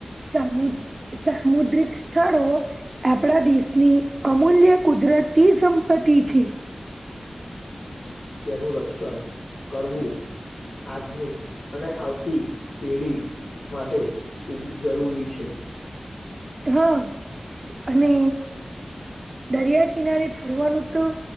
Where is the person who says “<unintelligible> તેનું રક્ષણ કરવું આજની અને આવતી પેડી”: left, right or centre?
Left